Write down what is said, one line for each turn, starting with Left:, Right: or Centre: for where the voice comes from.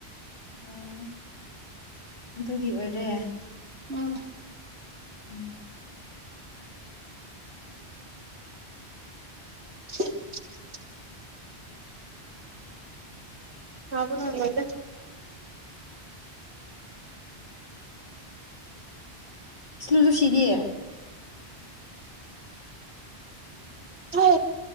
Left: ꯑꯣ ꯑꯗꯨꯒꯤ ꯑꯣꯏꯔꯦ
Right: ꯎꯝ
Left: ꯎꯝ
Right: <unintelligible> ꯍꯥꯏꯕꯗꯗ
Left: ꯁꯂꯨ ꯂꯨꯁꯤꯗꯤꯌꯦ
Right: ꯍ